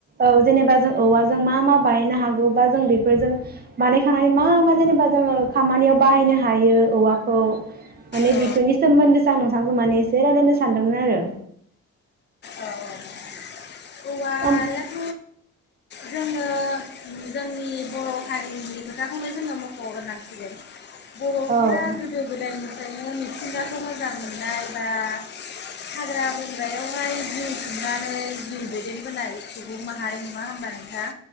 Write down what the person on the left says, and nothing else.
औ
औ औवायाथ'
जोङो जोंनि बर' हारि जोंनि खोथाखौनो जोङो मख'गोनांसिगोन बर'फोरा
गोदो गोदायनि ओरैनो मिथिंगाखौ मोजां मोननाय बा हाग्रा बंग्रायावहाय जिउ खुंनानै जिउ दैदेनबोनाय सुबुं माहारि नङा होमबा नोंथां?